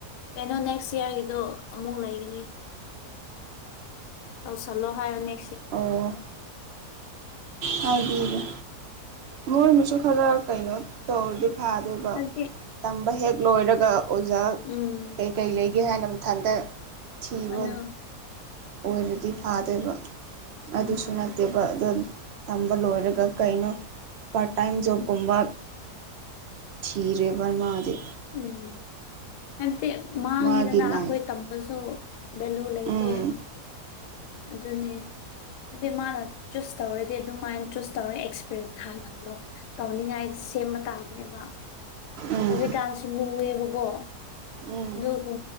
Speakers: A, on the left (about 85°); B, on the right (about 65°).
A: ꯀꯩꯅꯣ ꯅꯦꯛꯁ ꯏꯌꯥꯔꯒꯤꯗꯣ ꯑꯃꯨꯛ ꯂꯩꯒꯅꯤ ꯇꯧ ꯆꯂꯣ ꯍꯥꯏ ꯑꯅꯤ
B: ꯑꯣ ꯍꯥꯏꯕꯤꯒ ꯃꯣꯏꯅꯁꯨ ꯈꯔ ꯀꯩꯅꯣ ꯇꯧꯔꯗꯤ ꯐꯥꯗꯣꯏꯕ
A: ꯍꯥꯏꯕꯗꯤ
B: ꯇꯝꯕ ꯍꯦꯛ ꯂꯣꯏꯔꯒ ꯑꯣꯖꯥ
A: ꯎꯝ
B: ꯀꯩꯀꯩ ꯂꯩꯒꯦ ꯍꯥꯏꯅ ꯃꯊꯟꯗ ꯊꯤꯕ
A: ꯑꯗꯣ
B: ꯑꯣꯏꯔꯗꯤ ꯐꯥꯗꯣꯏꯕ
A: ꯎꯝ
B: ꯑꯗꯨꯁꯨ ꯅꯠꯇꯦꯕ ꯑꯗ ꯇꯝꯕ ꯂꯣꯏꯔꯒ ꯀꯩꯅꯣ ꯄꯥꯔꯠ ꯇꯥꯏꯝ ꯖꯣꯕꯀꯨꯝꯕ ꯈꯤꯔꯦ ꯔꯃꯗ
A: ꯎꯝ ꯍꯥꯏꯕꯗꯤ ꯃꯥꯡꯉꯦꯗꯅ
B: ꯃꯥꯒꯤ ꯂꯥꯏꯟ
A: ꯑꯩꯈꯣꯏ ꯇꯝꯕꯁꯨ ꯕꯂꯨ ꯂꯩ ꯂꯩꯇ
B: ꯎꯝ
A: ꯑꯗꯨꯅꯦ ꯑꯗꯨꯗꯤ ꯃꯥꯅ ꯆꯨꯁ ꯇꯧꯔꯗꯤ ꯑꯗꯨꯃꯥꯏꯅ ꯆꯨꯁ ꯇꯧꯔ ꯑꯦꯛꯁꯄꯤꯔꯤꯌꯦꯟꯁ ꯍꯥꯟꯅꯜꯂꯣ ꯇꯧꯅꯤꯡꯉꯥꯏ ꯁꯦꯝꯕ ꯇꯥꯕꯅꯦꯕ
B: ꯎꯝ
A: ꯍꯧꯖꯤꯛꯀꯥꯟꯁꯨ ꯂꯨꯑꯦꯕꯀꯣ
B: ꯎꯝ
A: ꯑꯗꯨꯒ